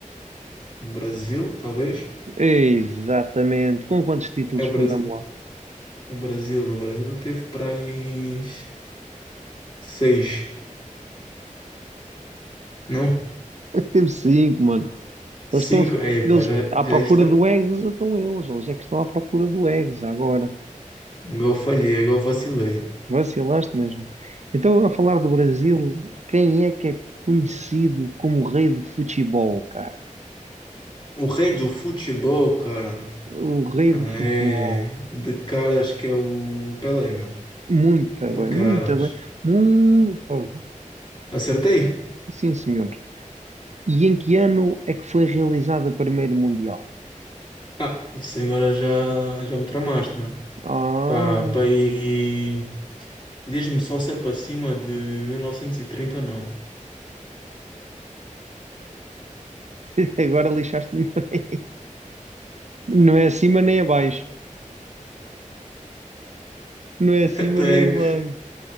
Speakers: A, on the left; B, on the right.
A: Brasil, talvez?
B: Exatamente. Com quantos títulos
A: É o
B: contamos
A: Brasil.
B: lá?
A: O Brasil, o Brasil teve para aí seis, não?
B: <laughs> Temos cinco, mano.
A: Cinco?
B: Eles estão
A: Aí,
B: eles,
A: pá, já,
B: à
A: já
B: procura
A: está.
B: do Eggs, estão eles. Eles é que estão à procura do Eggs agora.
A: Igual falhei, igual vacilei.
B: Vacilaste mesmo. Então, a falar do Brasil, quem é que é conhecido como o rei do futebol, cara?
A: O rei do futebol, cara,
B: O rei
A: é
B: do futebol.
A: de caras que é o Pelé, meu.
B: Muito
A: De
B: bem,
A: caras.
B: muito bem, muito bem.
A: Acertei?
B: Sim, senhor. E em que ano é que foi realizado o primeiro Mundial?
A: Ah, isso agora já, já me tramaste, meu.
B: Ah,
A: Pá, pá, e diz-me só se é para cima de 1930 ou não.
B: <laughs> agora lixaste-me bem. Não é acima nem abaixo. Não é acima
A: <laughs> Até.
B: nem abaixo.